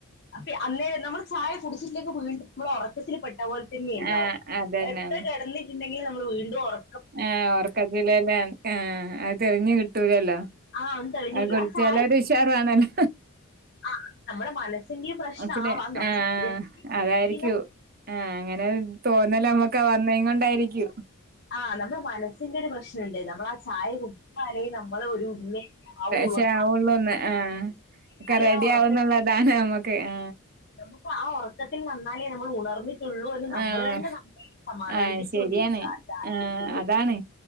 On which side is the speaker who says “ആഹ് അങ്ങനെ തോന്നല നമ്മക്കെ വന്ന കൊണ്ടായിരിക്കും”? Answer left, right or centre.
Right